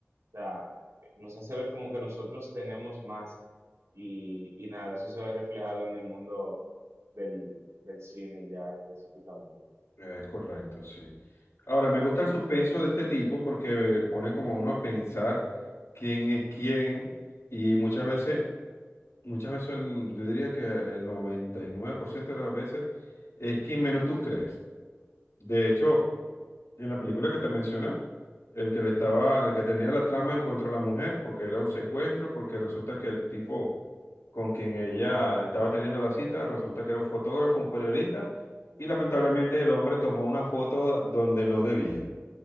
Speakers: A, on the right; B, on the left.
A: O sea, nos hace ver como que nosotros tenemos más y, y nada, eso se ve reflejado en el mundo del, del cine ya específicamente.
B: Es correcto, sí. Ahora, me gusta el suspenso de este tipo porque eh, pone como a uno a pensar quién es quién y muchas veces, muchas veces mm, yo diría que el 99% de las veces es quien menos tú crees. De hecho, En la película que te mencioné, el que le estaba, el que tenía la trama en contra de la mujer, porque era un secuestro, porque resulta que el tipo con quien ella estaba teniendo la cita, resulta que era un fotógrafo, un periodista, y lamentablemente el hombre tomó una foto donde no debía